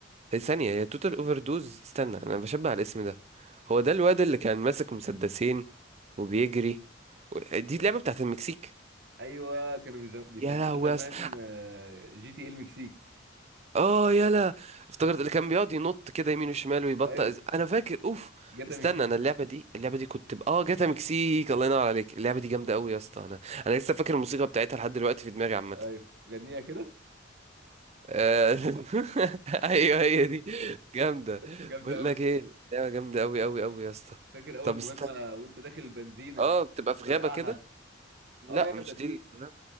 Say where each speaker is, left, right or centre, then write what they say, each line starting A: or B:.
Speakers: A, on the right; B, on the right.
A: هي ثانية هي توتال اوفر دوز استنى انا بشبه على الاسم ده هو ده الواد اللي كان ماسك مسدسين وبيجري و- دي اللعبة بتاعت المكسيك
B: ايوه كانوا بيز- بيسموها
A: يا لهوي
B: زمان
A: يا اسطى
B: آه، جي تي ايه المكسيك
A: اه يلا افتكرت اللي كان بيقعد ينط كده يمين وشمال ويبطأ
B: ايوه
A: إز- انا فاكر اوف
B: جاتا
A: استنى
B: مكسيكي
A: انا اللعبة دي اللعبة دي كنت ب... اه جاتا مكسيك الله ينور عليك اللعبة دي جامدة قوي يا اسطى انا انا لسه فاكر الموسيقى بتاعتها لحد دلوقتي في دماغي عامة
B: ايوه غنيها كده
A: آه، <laughs> ايوه هي دي جامدة
B: جامدة
A: بقول
B: أوي
A: لك ايه لعبة جامدة قوي قوي قوي يا اسطى
B: فاكر أول
A: طب
B: مهمة
A: استنى
B: وأنت داخل البنزينة
A: اه بتبقى
B: وبتفرقعها
A: في غابة كده لا
B: أه ده
A: مش
B: في
A: دي الم-